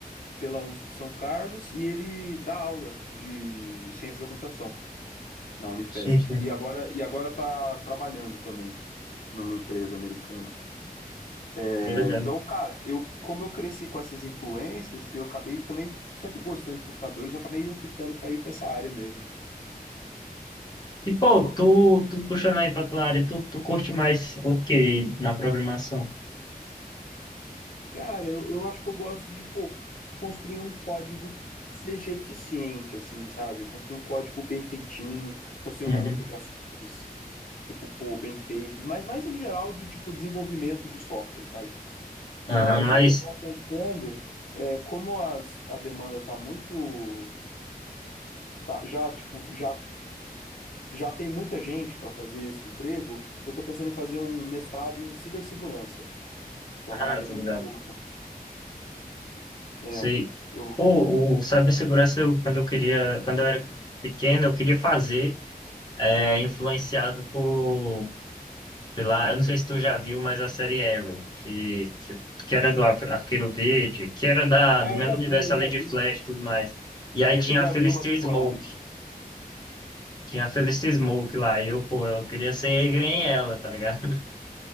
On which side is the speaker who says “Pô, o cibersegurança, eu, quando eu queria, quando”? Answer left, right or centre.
Left